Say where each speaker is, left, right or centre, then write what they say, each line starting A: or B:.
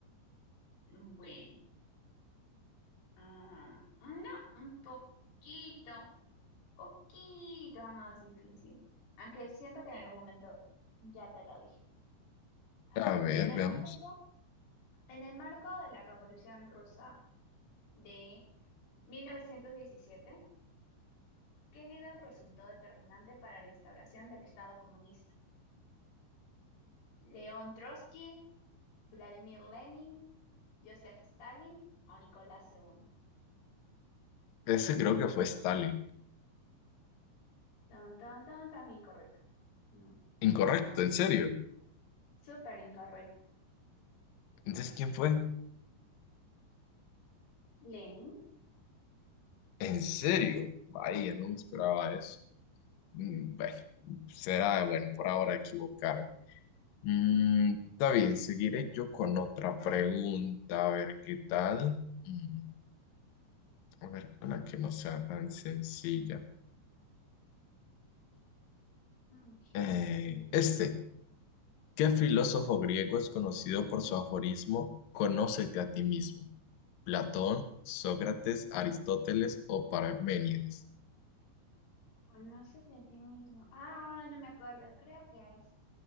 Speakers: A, on the left; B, on the left.
A: Bueno. Ah, no, un poquito, poquito más difícil. Aunque siento que en algún momento ya te lo dije. A
B: A
A: ver,
B: ver,
A: en el
B: veamos.
A: marco, en el marco de la Revolución Rusa de 1917, ¿qué líder resultó determinante para la instauración del Estado comunista? ¿León Trotsky, Vladimir Lenin, Joseph Stalin o Nicolás II?
B: Ese creo que fue Stalin.
A: Tan, tan, tan, tan incorrecto. No, muy
B: Incorrecto,
A: mal.
B: en serio.
A: Súper incorrecto.
B: Entonces, ¿quién fue?
A: Lenin.
B: ¿En serio? Vaya, no me esperaba eso. Mm, Bueno, será bueno por ahora equivocarme. Mm, está bien, seguiré yo con otra pregunta, a ver qué tal. Mm, a ver, una que no sea tan sencilla.
A: Mm, Ok,
B: Eh,
A: estoy lista.
B: este, ¿qué filósofo griego es conocido por su aforismo Conócete a ti mismo? ¿Platón, Sócrates, Aristóteles o Parménides?
A: Conócete a ti mismo. Ah, no me acuerdo, creo que es.